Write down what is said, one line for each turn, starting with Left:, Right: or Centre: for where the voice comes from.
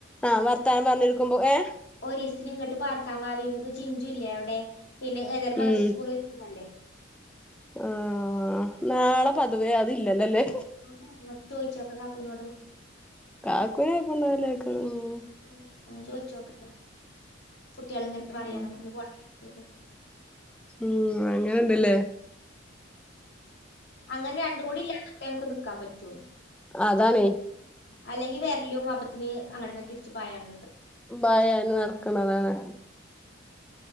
Centre: ആഹ് വർത്താനം പറഞ്ഞിരി ക്കുമ്പോ ഏഹ്?
Left: ഒരിസത്തിന് ഇങ്ങോട്ട് പാർക്കാൻ വാടി ചിഞ്ചു ഇല്ലേ അവിടെ? പിന്നെ ഏതായാലും മദ്രസ
Centre: ഉം
Left: സ്കൂളീൽ <unintelligible>
Centre: ആഹ് നാളെ പതുവേ അത് ഇല്ലല്ല അല്ലെ
Left: ആഹ് മ്മ്ക് ചോയിച്ചു നോക്കാം കാക്കുനോട്.
Centre: കാക്കുനിപ്പോ <unintelligible>
Left: ഉം ഒന്ന് ചോദിച്ചു നോക്കട്ടെ കുട്ടികൾ ഇങ്ങനെ പറയണ്
Centre: ഉം
Left: ഒന്ന് പോട്ടേ ക്ക്യപ്പ്
Centre: ഉം അങ്ങനെയുണ്ട് ല്ലേ?
Left: അങ്ങനെ രണ്ടും കൂടി ഇല്ലാത്തപ്പെ നമുക്ക് നിക്കന് പറ്റുള്ളൂ.
Centre: അതാണെ
Left: അല്ലെങ്കി വേരലും അപ്പേത്തെന് അങ്ങട്ടന്നെ തിരിച്ച് പായാണ്
Centre: ഭയാണ് നടക്കണതാണ്.